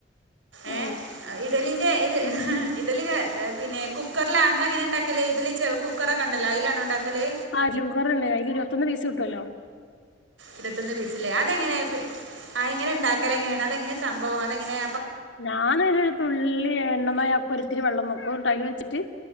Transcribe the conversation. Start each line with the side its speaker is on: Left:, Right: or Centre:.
Right: ഏഹ്
Left: ഓ
Right: ഇഡലിന്റെ ഇത്
Left: ഉം
Right: ഇഡലി ക പിന്നെ കുക്കറിലാ ഇങ്ങൾ എങ്ങനെ ഉണ്ടാക്കല് ഇഡലി കുക്കർ ഒക്കെ ഉണ്ടല്ലോ അതിലാണോ ഉണ്ടാക്കല്
Left: ആ ജൂഗറല്ലേ അതില് ഇരുപത്തൊന്ന് പീസ് കിട്ടുവല്ലോ
Right: ഇരുപത്തൊന്ന് പീസില്ലേ അതെങ്ങനെയ ആ എങ്ങനെ ഉണ്ടാക്കല് എങ്ങനെയാണ് അതെങ്ങനെയാണ് സംഭവം അതെങ്ങനെയ
Left: ഞാനൊരു തുള്ളി എണ്ണമയാക്കും ഒത്തിരി വെള്ളം നോക്കും ടൈൽ വെച്ചിട്ട്